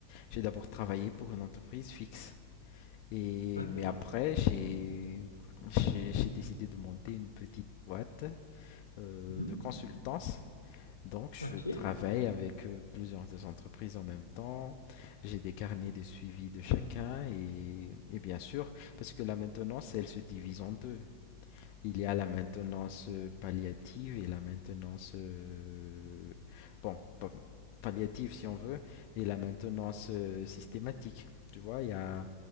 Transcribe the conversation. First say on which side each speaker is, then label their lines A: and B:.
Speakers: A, on the left (about 45°); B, on the left (about 80°).
A: j'ai d'abord travaillé pour une entreprise fixe. Et,
B: OK.
A: mais après, j'ai j'ai- j'ai décidé de monter une petite boîte euh,
B: Mhm.
A: de consultance. Donc,
B: OK.
A: je travaille avec euh, plusieurs des entreprises en même temps. J'ai des carnets de suivi de chacun et, et bien sûr, parce que la maintenance, elle se divise en deux. Il y a la maintenance euh, palliative et la maintenance, euh, bon, palliative si on veut, et la maintenance euh, systématique. Tu vois, il y a,